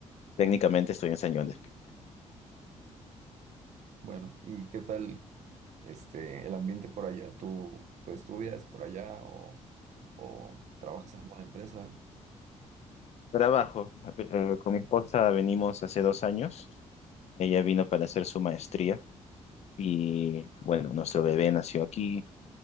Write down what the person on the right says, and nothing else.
Ok,
Bueno, ¿y qué tal este el ambiente por allá? ¿Tú, tú estudias por allá o, o trabajas en alguna empresa?